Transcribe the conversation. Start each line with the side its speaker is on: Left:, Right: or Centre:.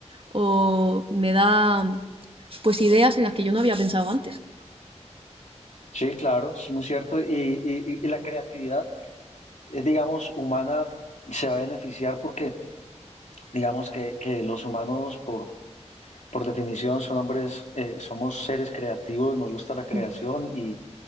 Right: o me da pues ideas en las que yo no había pensado antes.
Left: Sí, claro, es muy cierto. Y, y, y y la creatividad es, digamos, humana, se va a beneficiar porque digamos que, que los humanos por Por definición, son hombres, eh, somos seres creativos, nos gusta la creación
Right: Mm,
Left: y,